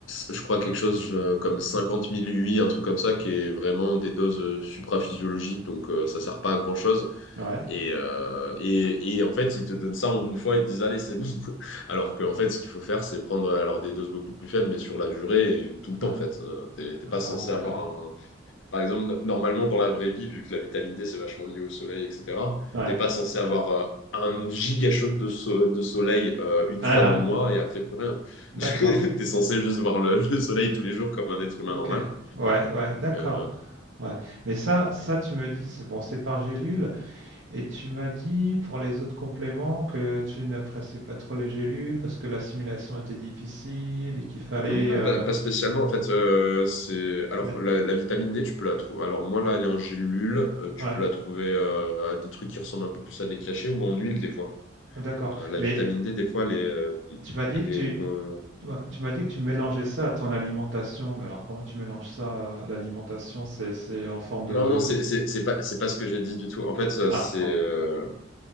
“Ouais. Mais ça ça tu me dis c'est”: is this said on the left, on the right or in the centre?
Right